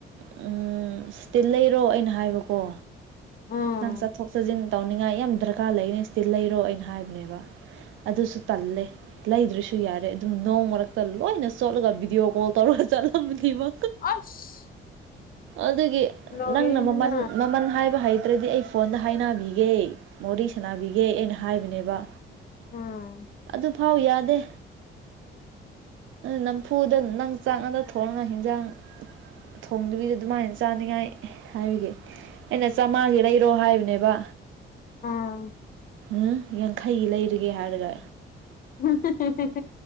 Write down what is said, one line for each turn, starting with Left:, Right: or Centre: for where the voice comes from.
Right: ꯎꯝ ꯏꯁꯇꯤꯜ ꯂꯩꯔꯣ ꯑꯩꯅ ꯍꯥꯏꯕꯀꯣ
Left: ꯎꯝ
Right: ꯅꯪ ꯆꯠꯊꯣꯛ ꯆꯠꯖꯤꯟ ꯇꯧꯅꯤꯡꯉꯥꯏ ꯌꯥꯝ ꯗꯔꯀꯥꯔ ꯂꯩꯅꯤ ꯏꯁꯇꯤꯜ ꯂꯩꯔꯣ ꯑꯩꯅ ꯍꯥꯏꯕꯅꯦꯕ ꯑꯗꯨꯁꯨ ꯇꯜꯂꯦ ꯂꯩꯗ꯭ꯔꯁꯨ ꯌꯥꯔꯦ ꯑꯗꯨꯝ ꯅꯣꯡ ꯃꯔꯛꯇ ꯂꯣꯏꯅ ꯆꯣꯠꯂꯒ ꯚꯤꯗꯤꯑꯣ ꯀꯣꯜ ꯇꯧꯔꯒ ꯆꯠꯂꯝꯕꯅꯤꯃꯥ
Left: ꯑꯁ
Right: ꯑꯗꯨꯒꯤ
Left: ꯂꯣꯏꯔꯦꯗꯅ
Right: ꯅꯪꯅ ꯃꯃꯟ ꯃꯃꯟ ꯍꯥꯏꯕ ꯍꯩ ꯇꯔꯗꯤ ꯑꯩ ꯐꯣꯟꯗ ꯍꯥꯏꯅꯕꯤꯒꯦ ꯋꯥꯔꯤ ꯁꯥꯟꯅꯕꯤꯒꯦ ꯑꯩꯅ ꯍꯥꯏꯕꯅꯦꯕ
Left: ꯎꯝ
Right: ꯑꯗꯨꯐꯥꯎ ꯌꯥꯗꯦ ꯅꯝꯐꯨꯗ ꯅꯪ ꯉꯥꯛꯇ ꯊꯣꯡꯔ ꯍꯤꯟꯖꯥꯡ ꯊꯣꯡꯗꯕꯤꯗ ꯑꯗꯨꯃꯥꯏꯅ ꯆꯥꯅꯤꯡꯉꯥꯏ ꯍꯥꯏꯕꯒꯤ ꯑꯩꯅ ꯃꯥꯒꯤ ꯂꯩꯔꯣ ꯍꯥꯏꯕꯅꯦꯕ
Left: ꯑꯥ
Right: ꯎꯝ ꯌꯥꯡꯈꯩꯒꯤ ꯂꯩꯔꯒꯦ ꯍꯥꯏꯔꯒ
Left: <unintelligible>